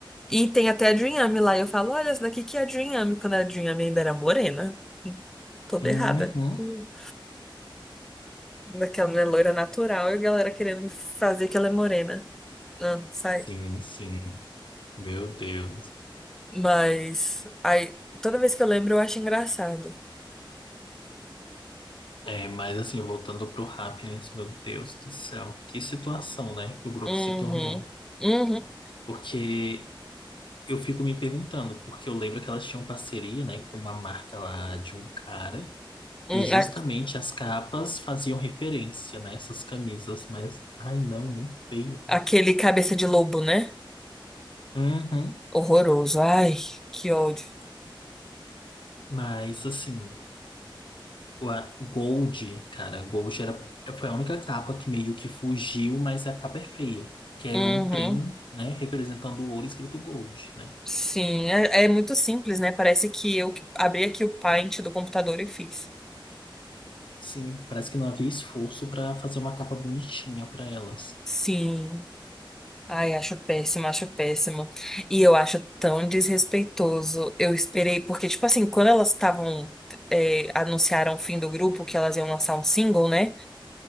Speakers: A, in the centre; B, on the left.
A: E tem até a Dream lá. E eu falo, olha, essa daqui que é a Dream quando a Dream ainda era morena. Toda
B: Uhum,
A: errada. Hum. Daquela mulher loira natural e a galera querendo me fazer que ela é morena. Não, sai.
B: sim, sim, meu Deus.
A: Mas aí, toda vez que eu lembro, eu acho engraçado.
B: É, mas assim, voltando pro Happiness, meu Deus do céu, que situação, né, que o grupo
A: Uhum.
B: se tornou.
A: Uhum.
B: Porque eu fico me perguntando, porque eu lembro que elas tinham parceria, né, com uma marca lá de um cara,
A: Hum,
B: e justamente
A: a-
B: as capas faziam referência, né, essas camisas, mas, ai não, muito feio, velho.
A: aquele cabeça de lobo, né?
B: Uhum,
A: Horroroso. Ai, que ódio.
B: mas assim, o a Gold, cara, Gold era, foi a única capa que meio que fugiu, mas a capa é feia. Que é
A: Uhum.
B: um trem, né, representando o ouro escrito Gold, né?
A: Sim, é, é muito simples, né? Parece que eu que abri aqui o Paint do computador e fiz.
B: Sim, parece que não havia esforço pra fazer uma capa bonitinha pra elas.
A: Sim. Ai, acho péssimo, acho péssimo. E eu acho tão desrespeitoso. Eu esperei, porque, tipo assim, quando elas estavam. é, anunciaram o fim do grupo, que elas iam lançar um single, né?